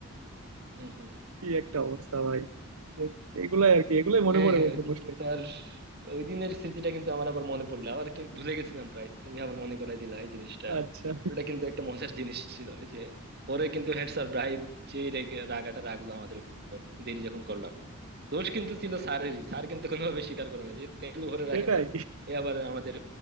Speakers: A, on the right; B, on the right.
A: হুম হুম
B: কি একটা অবস্থা ভাই এই- এগুলাই আর কি এগুলাই মনে
A: হ্যাঁ
B: পড়ে
A: হ্যাঁ
B: বন্ধু
A: ওই দিন
B: বসলে
A: তার ওই দিনের স্মৃতিটা কিন্তু আমার আবার মনে পড়লো আবার কিন্তু ভুলে গেছিলাম প্রায় তুমি আবার মনে করাই দিলা এই জিনিসটা
B: আচ্ছা
A: ওটা কিন্তু একটা মজার জিনিস ছিল ওই যে পরে কিন্তু হেড স্যার ব্রাইব যে রেগে রাগাটা রাখলো আমাদের উপর দেরি যখন করলাম দোষ কিন্তু ছিল স্যারেরই স্যার কিন্তু কোনোভাবে স্বীকার করে না যে তেল ভরে
B: সেটাই
A: রাখে না এ আবার আমাদের